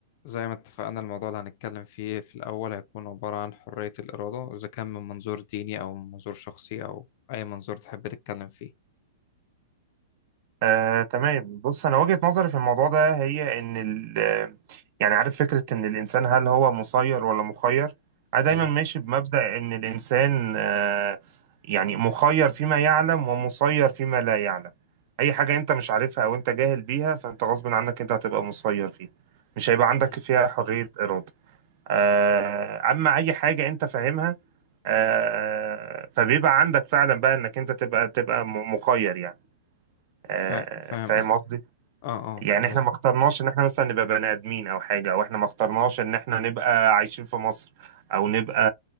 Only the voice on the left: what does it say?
زي ما اتفقنا الموضوع اللي هنتكلم فيه في الأول هيكون عبارة عن حرية الإرادة إذا كان من منظور ديني أو من منظور شخصي أو أي منظور تحب تتكلم فيه
بالظبط
مم.
فا- فاهم
قصدك
اه اه
مظ-